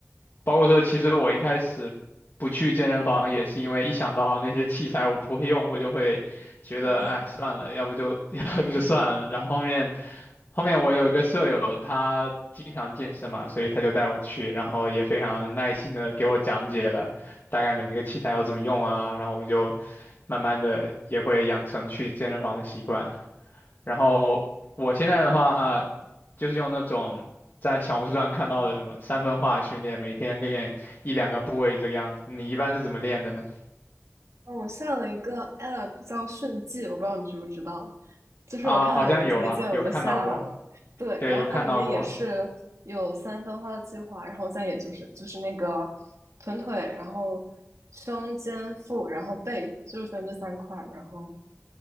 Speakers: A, on the left; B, on the right.
A: 包括说，其实我一开始不去健身房，也是因为一想到那些器材我不会用，我就会觉得，
B: <laughs> 是的，
A: 哎，算了，要不就 <laughs> 要不就算了。然后后面，后面我有一个舍友，他经常健身嘛，所以他就带我去，然后也非常耐心的给我讲解了大概每个器材要怎么用啊，然后我就慢慢的也会养成去健身房的习惯。然后我现在的话，就是用那种在小红书上看到的什么三分化训练，每天练一两个部位这个样子。你一般是怎么练的呢？
B: 嗯，我下了一个 app 叫迅记，我不知道你知不知道，就是我看到有人推荐，
A: 啊，好像有啊，有看到过，
B: 我就下了。对，
A: 对，
B: 然后它里面也是有三分化的计划，
A: 有看到过。
B: 然后再也就是就是那个臀腿，然后胸肩腹，然后背，就是分这三块儿然后